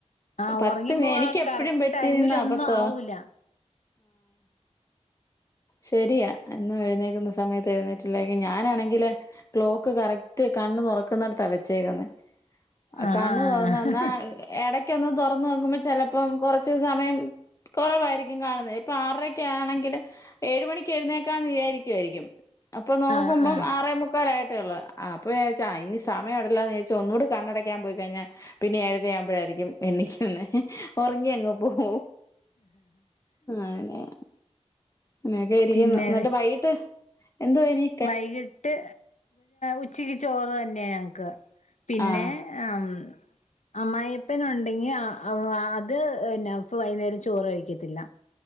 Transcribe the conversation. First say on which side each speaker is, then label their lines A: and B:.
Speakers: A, on the left; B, on the left.
A: ആഹ്
B: പത്ത്
A: ഉറങ്ങിപ്പോ
B: എനിക്ക്
A: ആ
B: എപ്പഴും
A: കറക്റ്റ്
B: പറ്റിന്ന
A: ടൈമില്
B: അബദ്ധആഹ.
A: ഒന്നും ആവൂല
B: ശരിയാ എന്നും എഴുന്നേക്കുന്ന സമയത്ത് എഴുന്നേറ്റില്ല ഞാനാണെങ്കില്. Clock correct കണ്ണുതു റക്കുന്നടുത്താ വെച്ചേക്കന്ന്.
A: ആഹ്
B: കണ് തുറന്ന്ന്നാ
A: ആഹ്
B: ഇടക്ക ഒന്ന് തുറന്ന് വെക്കുമ്പോ ചെിലപ്പോം കൊറച്ച് സമയം.. കുറവായിരിക്കും കാണുന്നത് ഇപ്പൊ ആറൊക്കെ ആണെങ്കില്.. ഏഴ് മണിക്ക് എഴുന്നേക്കാന്ന് വിചാരിക്കുായിരിക്കും അപ്പൊ നോക്കുമ്പം
A: ആഹ് ആഹ്
B: ആറേ മുുക്കാല ആയിട്ടേ ഉള്ളത്.. ആ അപ്പവിചാരിച്ചഇനി സമയംവിട.. ന്ന് ചോദച്ചൽ ഒന്നൂ കണ്ണടക്കാൻ പോയി കഴിഞ്ഞാ പിന്നെ ഏഴര ആകുമ്പഴായിരിക്കും എനിക്കന്ന്. ഉറങ്ങി അങ്ങ പോവും അങ്ങനെയ. ഇങ്ങനെയൊക്കെ ഇരിക്കും
A: പിന്നെ
B: എന്നിട്ട് വൈകട്ട് എന്തുനി.
A: വൈകിട്ട് ഉച്ചക്ക് ചോറ് തന്നെയ ഞങ്ങക്ക് പിന്നെ..
B: ആഹ്
A: ആം അമ്മായിപ്പനുണ്ടെങ്കി അ അവ് അത് പിന്ന ഫു വയ്യ്ന്നേരം ചോറ് കഴിക്കത്തില്ല